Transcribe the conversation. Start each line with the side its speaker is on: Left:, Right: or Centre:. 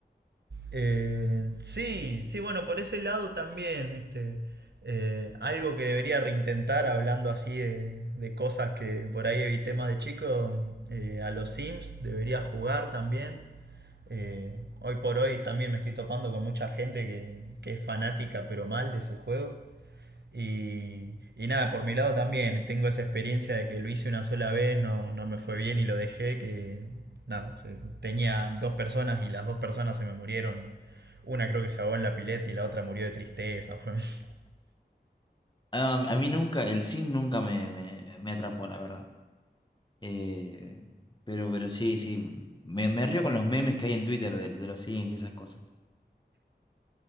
Right: Eh, sí, sí, bueno, por ese lado también, viste. Eh, algo que debería reintentar hablando así de, de cosas que por ahí evité más de chico, eh, a los Sims debería jugar también. Eh, hoy por hoy también me estoy topando con mucha gente que, que es fanática pero mal de ese juego. Y, y nada, por mi lado también tengo esa experiencia de que lo hice una sola vez, no, no me fue bien y lo dejé, que nada, se- tenía dos personas y las dos personas se me murieron. Una creo que se ahogó en la pileta y la otra murió de tristeza. Fue... <laughs>
Left: Ah, A, a mí nunca, el Sim nunca me, me, me atrapó, la verdad. Eh, pero, pero sí, sí, me, me río con los memes que hay en Twitter de, de los Sims y esas cosas.